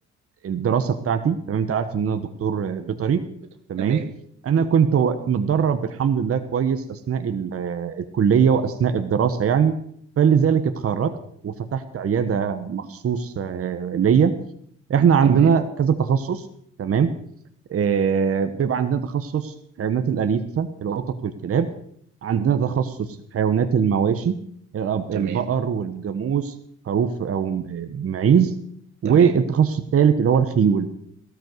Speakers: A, on the right; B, on the right.
A: الدراسه بتاعتي تمام انت عارف ان انا دكتور بيطري
B: بت-
A: تمام
B: تمام
A: انا كنت و- متدرب الحمد لله كويس اثناء ال- الكليه واثناء الدراسه يعني فلذلك اتخرجت وفتحت عياده مخصوص آه، ليا احنا عندنا
B: تمام
A: كذا تخصص تمام آه، بيبقى عندنا تخصص حيوانات الأليفة القطط والكلاب عندنا تخصص حيوانات المواشي الأب-
B: تمام
A: البقر والجاموس خروف أو م- آه، معيز والتخصص
B: تمام
A: الثالث اللي هو الخيول